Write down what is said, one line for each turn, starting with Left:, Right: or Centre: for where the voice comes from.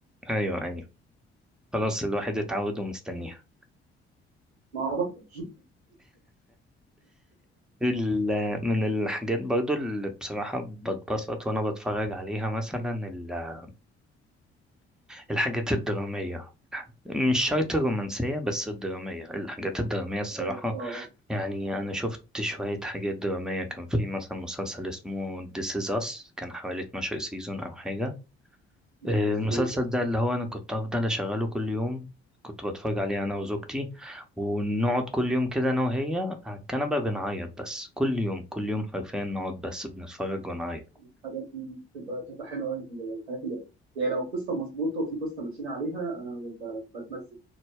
Centre: أيوه أيوه خلاص الواحد اتعود ومستنيها
Right: ما بطل
Centre: ال- من الحاجات برضو اللي بصراحة بتبسط وأنا بتفرج عليها مثلا ال- الحاجات الدرامية مش شرط الرومانسية بس الدرامية الحاجات الدرامية الصراحة
Right: <laughs> اه
Centre: يعني أنا شفت شوية حاجات درامية كان في مثلا مسلسل اسمه This Is Us كان حوالي 12 سيزون أو حاجة
Right: لا
Centre: آه،
Right: ما شفتوش
Centre: المسلسل ده اللي هو انا كنت افضل اشغله كل يوم كنت بتفرج عليه انا وزوجتي ونقعد كل يوم كده انا وهي على الكنبة بنعيط بس كل يوم كل يوم حرفيا نقعد بس بنتفرج ونعيط
Right: الحاجات دي بتبقى بتبقى حلوه قوي الحاجات اللي يعني لو القصه مظبوطه وفي قصه ماشيين عليها انا ب- بتمزج